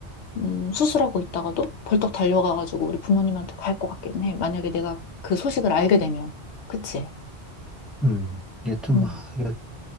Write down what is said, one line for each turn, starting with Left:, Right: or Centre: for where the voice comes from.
Left: 음, 수술하고 있다가도 벌떡 달려가가지고 우리 부모님한테 갈 것 같긴 해. 만약에 내가 그 소식을 알게 되면. 그치?
Centre: 음, 이게 좀,
Left: 음,
Centre: 하- 이거